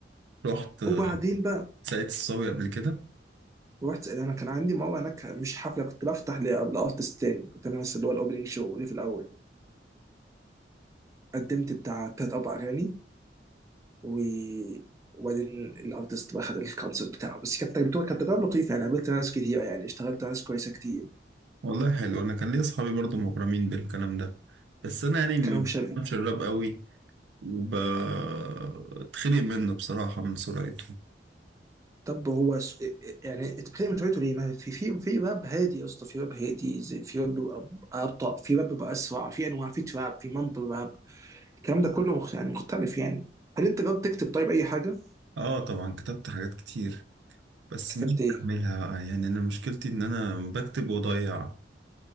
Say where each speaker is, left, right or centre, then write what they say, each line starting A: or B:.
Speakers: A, on the right (about 80°); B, on the right (about 15°).
A: رحت
B: وبعدين بقى
A: ساقية الصاوي قبل كده
B: رحت انا كان عندي مره هناك مش حفله كنت بفتح لارتست تاني كنت انا مثلا اللي هو الاوبننج شو اللي في الاول قدمت بتاع تلات اربع اغاني و وبعدين الارتست بقى خد الكونسرت بتاعه بس كانت تجربه كانت تجربه لطيفه يعني قابلت ناس كتير يعني اشتغلت مع ناس كويسه كتير
A: والله حلو انا كان ليا اصحابي برضو مغرمين بالكلام ده بس انا يعني ما
B: كانوا مش
A: بفهمش الراب قوي وبتخنق منه بصراحة من سرعته
B: طب هو س... يعني انت بتعمل تويتو ليه؟ ما في في في باب هادي يا اسطى في باب هادي زي في باب بيبقى ابطا في باب بيبقى اسرع في انواع في تراب في مامبل راب الكلام ده كله مخ... يعني مختلف يعني هل انت جربت تكتب طيب اي حاجه؟
A: اه طبعا كتبت حاجات كتير بس
B: كتبت
A: مش بكملها
B: ايه؟
A: بقى يعني انا مشكلتي ان انا بكتب واضيع